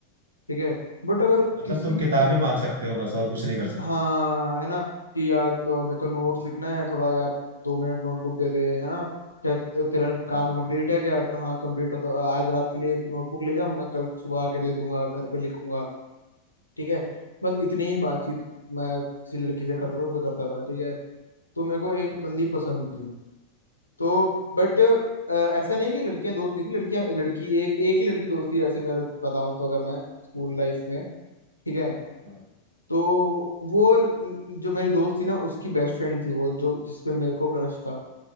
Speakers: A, on the left (about 85°); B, on the right (about 65°).
A: ठीक है बट अगर
B: मतलब
A: किसी
B: तुम
A: किस
B: किताबें मांग सकते हो बस और कुछ नहीं कर सकते
A: हाँ है ना कि यार अ, मेरे को नोट्स
B: हम्म।
A: लिखना है थोड़ा यार दो मिनट नोटबुक दे दे है ना क्या ते- तेरा काम
B: हाँ
A: कंप्लीट है क्या तो हाँ कंप्लीट है तो आज रात के लिए एक नोटबुक ले जाऊँ मैं कल सुबह आके दे दूंगा घर पे लिखूंगा ठीक है बस इतनी ही बातचीत मैं किसी लड़की से करता था तो करता था ठीक है तो मेरे को एक बंदी पसंद थी तो बट ऐसा नहीं है कि लड़कियां दोस्त नहीं थी लड़कियां लड़की एक एक ही लड़की दोस्त थी ऐसे मैं बताऊं तो अगर मैं स्कूल लाइफ में ठीक है
B: हाँ
A: तो वो ल- जो मेरी दोस्त थी ना उसकी बेस्ट फ्रेंड थी वो जो जिसपे मेरे को क्रश था